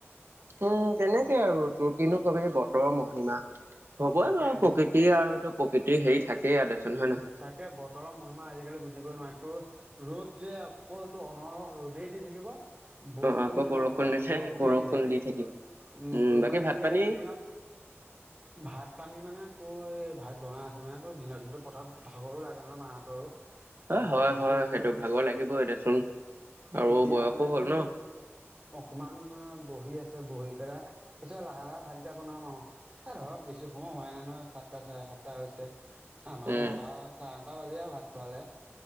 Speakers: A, on the right; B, on the right.
A: উম তেনেকে আৰু কিনো কবি বতৰৰ মহিমা। হ'বই
B: তাকে
A: বাৰু প্ৰকৃতি
B: বত
A: আৰু এইটো প্ৰকৃতিৰ হেৰি থাকেই আও দেচোন হয় নহয়।
B: তাকে বতৰৰ মহিমা আজিকালি বুজিবই নোৱাৰি। তোৰ - ৰ'দ যে অকল তোৰ অনৰহ ৰ'দেই দি থাকিব। বৰষুণ
A: অ আকৌ
B: দিলে অনৰহ
A: দিছে
B: বৰষুণে
A: বৰষুণ
B: দি থাকে,
A: থাকিম
B: উম তোৰ
A: বাকী
B: মানে
A: ভাত
B: এতিয়া
A: পানী
B: এইকেইদিনত - ভাত পানী মানে তোৰ এই ভাত বনাই আছে মানে তোৰ দিনৰ দিনটো পথাত- ভাগৰো লাগে নহয় মাহঁতৰো। তাৰপিছত
A: অ হয়
B: এতিয়া
A: হয় সেইটো
B: তোৰ
A: ভাগৰ লাগিবই দেচোন আৰু
B: এতিয়া
A: বয়সো
B: মানে
A: হ'ল
B: তোৰ
A: ন।
B: অকমান বহি আছে বহি পেলাই, কৈছে লাহে লাহে ভাত কেইটা বনাম আও। এ ধৰক বেছি সময় হোৱাই নাই নহয় সাতটা চাৰে সাতটা হৈছে। আমাৰ
A: উম
B: নটা চাৰে নটা বাজি আও ভাত খোৱালে।